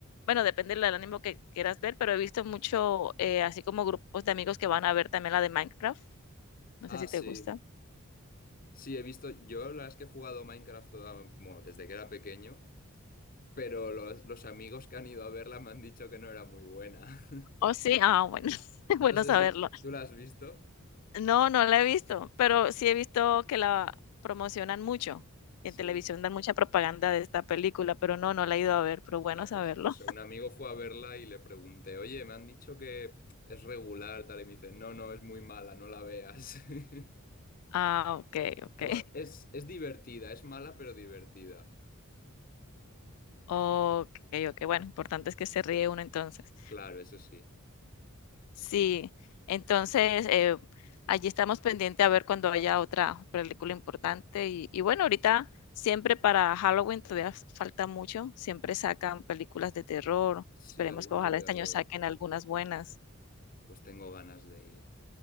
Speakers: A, on the left; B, on the left.
A: bueno, depende del ánimo que quieras ver, pero he visto mucho, eh, así como grupos de amigos que van a ver también la de Minecraft. No
B: ah,
A: sé si
B: sí.
A: te gusta.
B: Sí, he visto, yo la verdad es que he jugado Minecraft toda- bueno, desde que era pequeño pero los, los amigos que han ido a verla me han dicho que no era muy buena. <laughs>
A: Oh, sí, ah, bueno, <laughs> bueno
B: No sé
A: saberlo.
B: si tú la has visto.
A: No, no la he visto, pero sí he visto que la promocionan mucho.
B: Sí,
A: y En televisión dan mucha propaganda de esta película, pero no, no la he ido a ver, pero bueno
B: nada,
A: saberlo.
B: pues eso, un amigo fue a verla y le pregunté, oye, me han dicho que es regular, tal, y me dice, no, no, es muy mala, no la veas. <laughs>
A: Ah, ok, ok.
B: Pero bueno, es, es divertida, es mala pero divertida.
A: Okey, okey. Bueno, importante es que se ríe uno entonces.
B: Claro, eso sí.
A: Sí, entonces, eh, allí estamos pendiente a ver cuando haya otra película importante y y bueno, ahorita siempre para Halloween todavía f- falta mucho, siempre sacan películas de terror.
B: Sí,
A: Esperemos
B: algunas
A: que ojalá
B: de terror,
A: este año saquen algunas buenas.
B: pues tengo ganas de ir.